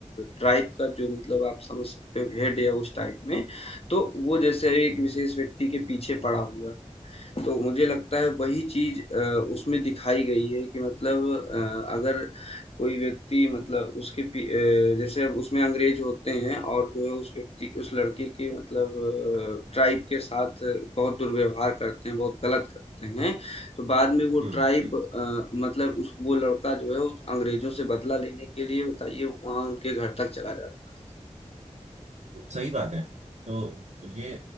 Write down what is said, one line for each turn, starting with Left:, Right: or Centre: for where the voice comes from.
Left: ट्राइब का जो मतलब आप समझ सकते हो हेड या उस टाइप में तो वो जैसे एक विशेष व्यक्ति के पीछे पड़ा हुआ है तो मुझे लगता है वही चीज अ, उसमें दिखाई गई है कि मतलब अ, अगर कोई व्यक्ति मतलब उसके पी- अ, जैसे अब उसमें अंग्रेज होते हैं और जो है उस व्यक्ति उस लड़के के मतलब ट्राइब के साथ बहुत दुर्व्यवहार करते हैं बहुत गलत करते हैं तो बाद में वो
Right: हम्म
Left: ट्राइब
Right: हम्म
Left: अ, मतलब उस वो लड़का जो है उस अंग्रेजों से बदला लेने के लिए बताइए वहाँ उनके घर तक चला जाता
Right: सही बात है तो ये